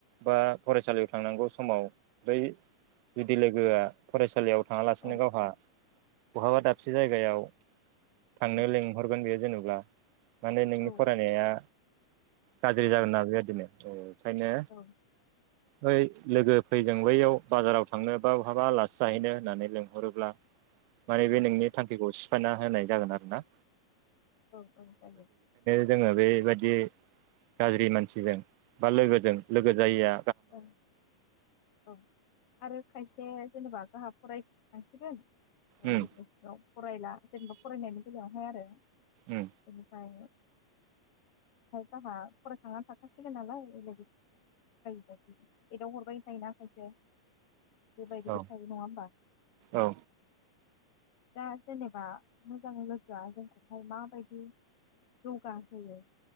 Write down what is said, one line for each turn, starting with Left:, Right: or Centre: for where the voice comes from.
Right: बा फरायसालियाव थांनांगौ समाव बै बिदि लोगोआ फरायसालियाव थाङालासिनो
Left: औ
Right: गावहा बहाब जायगायाव थांनो
Left: औ
Right: लिंहरगोन बे जेनब्ला माने नोंनि
Left: औ
Right: फरायनाया गाज्रि जागोन ना बेबायदिनो। औ। ओंखायनो
Left: औ
Right: बै लोगो फैजों बैयाव बाजाराव थांनो बा बहाबा आलासि जाहैनो होननानै लें हरोब्ला माने बे नोंनि सिफायना होनाय जागोन आरो ना।
Left: औ औ जायो।
Right: जोङो बे बायदि गाज्रि मानसिजों बा लोगोजों लोगो जायैया
Left: औ औ आरो खायसे जेनेबा गाहा फराय खांसिगोन। आरो
Right: उम
Left: गोदाव सोराव फरायला, जेनेबा फरायनायनि बेलायाव हा आरो।
Right: उम
Left: <inaudible> बेमखौहाय जोंहा फरायखांनानै थाखासिगोन नालाय, इल <unintelligible> एदाव हरबाय थायोना खायसे। बेबायदिबो
Right: औ
Left: थायो नङा होमबा?
Right: औ
Left: दा जेनेबा मोजां लोगोआ जोंखौहाय माबायदि जौगाहोयो?